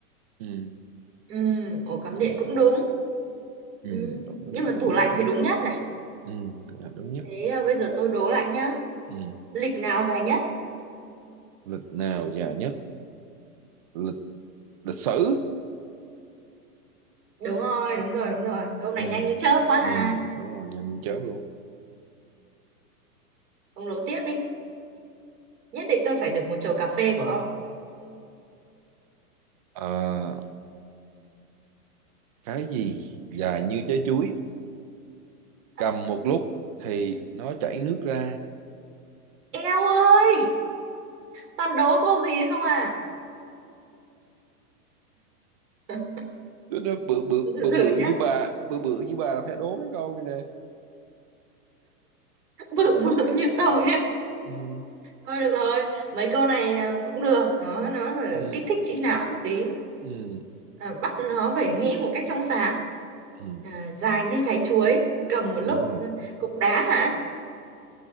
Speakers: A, on the right; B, on the right.
A: ừ
B: ừm, ổ cắm
A: <laughs>
B: điện cũng đúng
A: ừ
B: Ừm,
A: ổ cắm
B: nhưng
A: điện
B: mà
A: cũng
B: tủ
A: đúng
B: lạnh thì
A: á.
B: đúng nhất này
A: ừ tủ lạnh đúng nhất
B: thế à, bây giờ tôi đố lại nhá
A: ừ
B: lịch nào dài nhất
A: lịch nào dài nhất lịch lịch sử
B: đúng rồi đúng rồi đúng rồi câu
A: ừ
B: này nhanh như chớp quá ha
A: ừ đúng rồi nhanh như chớp luôn
B: ông đố tiếp đi nhất định tôi phải được một chầu cà phê của ông
A: Ờ, cái gì dài như trái chuối
B: à,
A: cầm một lúc thì nó chảy nước ra
B: eo ơi toàn đố câu gì không à <laughs>
A: nó, nó bự bự
B: từ
A: bự
B: từ
A: bự
B: nhá
A: như bà bự bự như bà là phải đố mấy câu này nè
B: bự bự như tôi á
A: ừ,
B: Thôi được rồi, mấy câu này à, cũng được, nó nó phải
A: ừ,
B: kích thích trí não một tí.
A: ừ,
B: À, bắt nó phải nghĩ một cách trong sáng.
A: ừ.
B: À, dài như trái chuối, cầm một lúc.
A: đúng rồi
B: ừ, Cục đá hả?